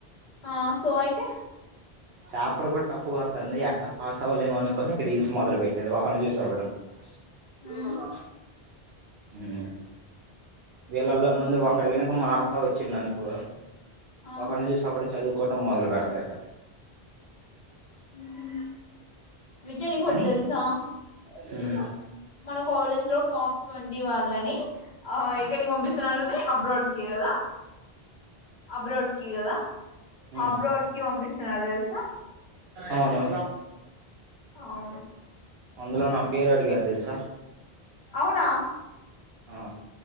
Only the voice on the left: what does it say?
ఆ సో ఆయి తే
మ్మ్
ఓకే
ఓకే
ఆ
అ విజయ్ నీకొకటి
తెలుసా
మన కాలేజ్ లో టాప్ ట్వంటీ వాల్ అని ఆ ఎక్కడికి పంపిస్తున్నారుదే అబ్రాడ్ కి కదా అబ్రోడ్కి కదా
అబ్రోడ్ కి పంపిస్తున్నారు తెలుసా
అవును
అవునా